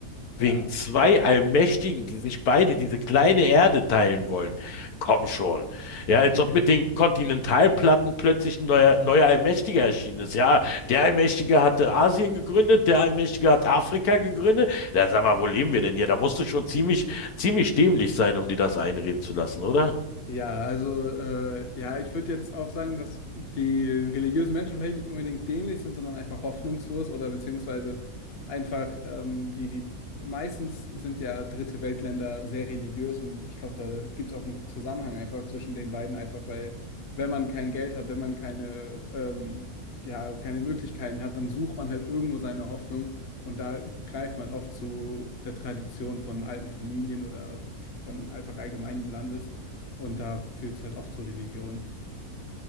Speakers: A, on the left; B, on the left.
A: ja,
B: wegen zwei Allmächtigen, die sich beide diese kleine Erde teilen wollen. Komm schon. Ja,
A: ja.
B: als ob mit den Kontinentalplatten plötzlich ein neuer, neuer Allmächtiger erschienen ist. Ja, der Allmächtige hatte Asien gegründet, der Allmächtige hat Afrika gegründet. Ja, sag mal, wo leben wir denn hier? Da
A: <laughs>
B: musst du schon ziemlich, ziemlich dämlich sein, um dir das einreden zu lassen, oder?
A: Ja, also äh, ja, ich würde jetzt auch sagen, dass die religiösen Menschen vielleicht nicht unbedingt dämlich sind, sondern einfach hoffnungslos oder beziehungsweise einfach ähm, die, die meistens sind ja Dritte Weltländer sehr religiös und ich glaube, da gibt es auch einen Zusammenhang einfach zwischen den beiden, einfach weil wenn man kein Geld hat, wenn man keine, ähm, ja, keine Möglichkeiten hat, dann sucht man halt irgendwo seine Hoffnung. Und da greift man oft zu der Tradition von alten Familien oder von einfach allgemeinem Landes. Und da führt es halt oft zur Religion.